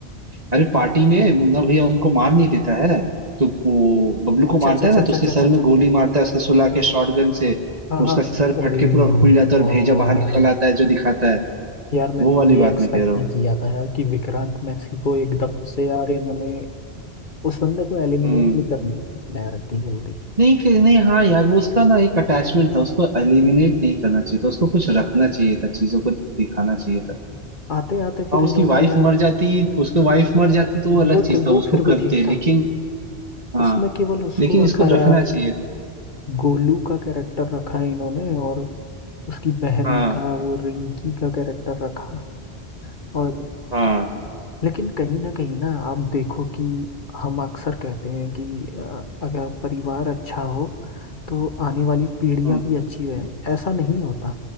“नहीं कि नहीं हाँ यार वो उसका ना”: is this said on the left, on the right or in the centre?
Right